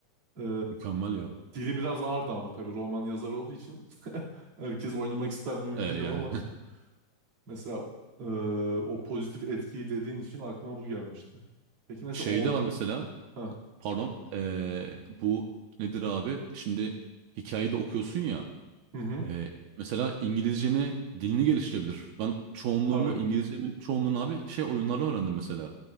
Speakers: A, on the right; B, on the right.
A: E,
B: mükemmel ya.
A: dili biraz ağırdı ama tabii roman yazarı olduğu için <laughs> herkes oynamak ister mi emin
B: E, yani
A: değilim ama. Mesela e, o pozitif etkiyi dediğin için aklıma bu gelmişti. Peki
B: <laughs>
A: mesela
B: şey
A: o...
B: de var mesela
A: Ha,
B: pardon e, bu nedir abi? Şimdi hikayeyi de okuyorsun ya
A: hı hı,
B: e, mesela İngilizceni dilini geliştirebilir. Ben çoğunluğumu
A: tabii.
B: İngilizcemin çoğunluğunu abi şey oyunlarla öğrendim mesela.